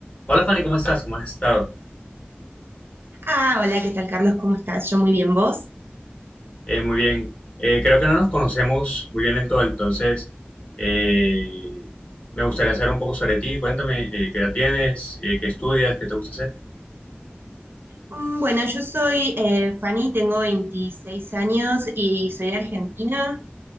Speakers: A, on the left (about 35°); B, on the right (about 65°).
A: Hola Fanny, ¿cómo estás? ¿Cómo has estado?
B: Ah, hola, ¿qué tal, Carlos? ¿Cómo estás? Yo muy bien, ¿vos?
A: Eh, muy bien. Eh, creo que no nos conocemos muy bien en todo, entonces eh, me gustaría saber un poco sobre ti. Cuéntame, eh, ¿qué edad tienes? Eh, ¿qué estudias? ¿Qué te gusta hacer?
B: Mm, Bueno, yo soy eh, Fanny, tengo 26 años y soy de Argentina.